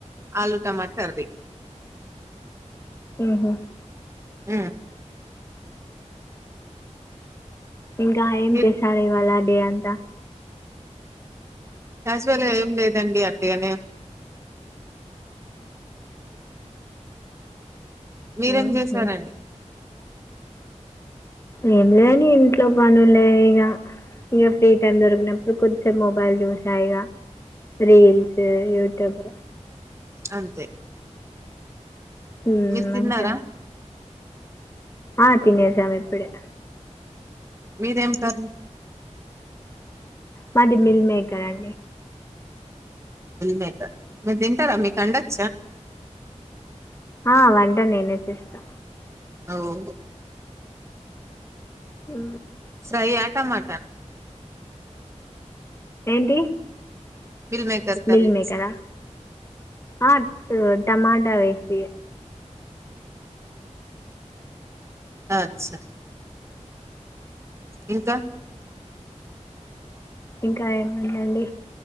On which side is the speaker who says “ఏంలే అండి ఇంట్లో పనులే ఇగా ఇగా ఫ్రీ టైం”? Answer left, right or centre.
Left